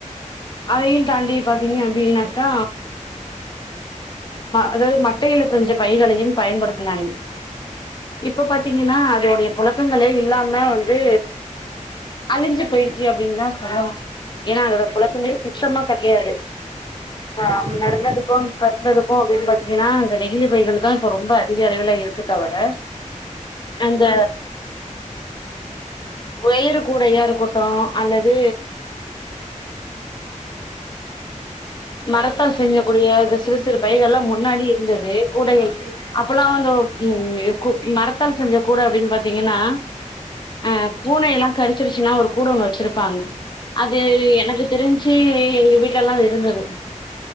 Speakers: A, on the left; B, on the right.
A: அதயும் தாண்டி பாத்தீங்க அப்டின்னாக்கா அதாவது ம மட்டயில் செஞ்ச பைகளையும் பயன்படுத்த சொங்க இப்ப பாத்தீங்கன்னா அதோடைய புழக்கங்களே இல்லாம வந்து அழிஞ்சு போயிடுச்சு அப்டின்னு தான் சொல்லோம் ஏன்னா அதோட குழக்கங்க சுற்றமா கிடையாது ஆஹ்
B: ஆமா
A: நடந்ததுக்கும்
B: தோழி
A: இப்ப இருக்கும் அப்டின்னு பாத்தீங்கன்னா நெகிழ்ச பைகள் தான் இப்ப ரொம்ப அதிக அளவ இருக்கு தவிர அந்த உயிறு கூடயா இருக்கட்டும் அல்லது மரத்தால் செய்யக்கூடிய சிறு சிறு பைகள் எல்லாம் முன்னாடி இருந்தது கூடைகள்
B: ம்
A: அப்பல்லாம் வந்து உ மரத்தல் செஞ்ச கூட அப்டின்னு பாத்தீங்கன்னா அஹ் பூனை எல்லாம் கரிச்சிருச்சுன்னா ஒரு கூட ஒண்ணு வச்சிருப்பாங்க அது எனக்கு தெரிஞ்சு எங்க வீட்டுயெல்லாம் அது இருந்தது